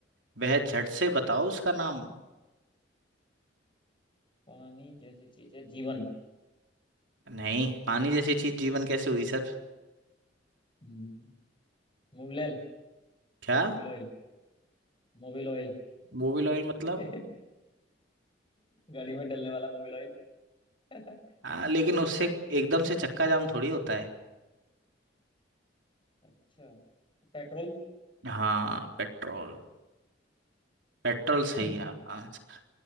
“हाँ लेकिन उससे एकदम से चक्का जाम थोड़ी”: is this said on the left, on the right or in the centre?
Right